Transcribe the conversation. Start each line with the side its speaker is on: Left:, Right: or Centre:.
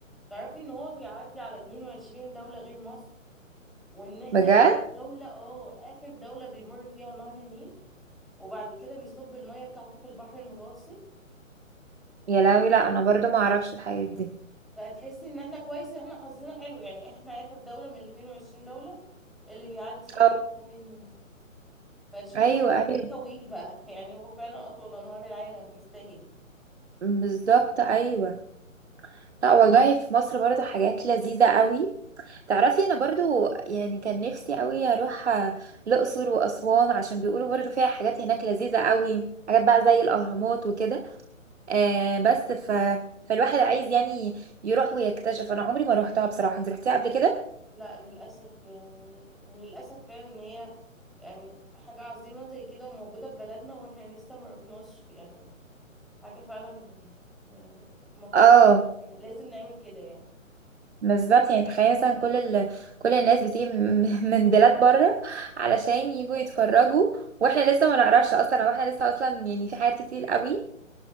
Centre: تعرفي إن هو بيعدي على 22 دولة غير مصر وإن احنا
Right: بجد
Centre: دولة اه آخر دولة بيمر فيها نهر النيل وبعد كده بيصب المية بتاعته في البحر المتوسط
Right: يا لهوي لا انا برضو ما اعرفش الحاجات دي
Centre: فتحسي ان احنا كويس ان احنا حظنا حلو يعني احنا اخر دولة من ال 22 دولة اللي بيعدي فيهم
Right: اه
Centre: نهر النيل فشوفي
Right: ايوه
Centre: هو قد
Right: ايوه
Centre: ايه طويل بقى <laughs> يعني هو فعلا اطول انهار العالم يستاهل
Right: بالظبط ايوه لا والله في مصر برضو حاجات لذيذة قوي تعرفي انا برضو يعني كان نفسي قوي اروح آه، الاقصر واسوان عشان بيقولوا برضو فيها حاجات هناك لذيذه قوي حاجات بقى زي الاهرامات وكده آه بس ف فالواحد عايز يعني يروح ويكتشف انا عمري ما روحتها بصراحه انت رحتيها قبل كده
Centre: لا للاسف يعني وللاسف فعلا ان هي يعني حاجة عظيمة زي كده وموجودة في بلدنا واحنا لسه ما رحناش يعني حاجة فعلا يعني المفروض
Right: اه
Centre: لازم نعمل كده يعني
Right: بالظبط يعني تخيل مثلا كل ال... كل الناس بتيجي من <laughs> من بلاد بره علشان يجوا يتفرجوا واحنا لسه ما نعرفش اصلا او احنا لسه اصلا يعني في حاجات كتير قوي